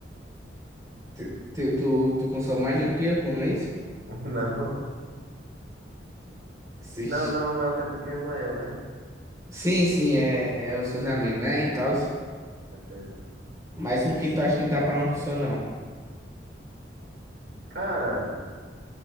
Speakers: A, on the right; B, on the right.
A: Tu, tu, tu tu consome mais de um quilo por mês?
B: <laughs> Não.
A: Sim,
B: Não, não, não, até porque não é eu, né?
A: sim, sim, é, é os seus amigos, né? E tal.
B: Com Certeza.
A: Mas um quilo tu acha que dá pra uma pessoa, não?
B: Cara,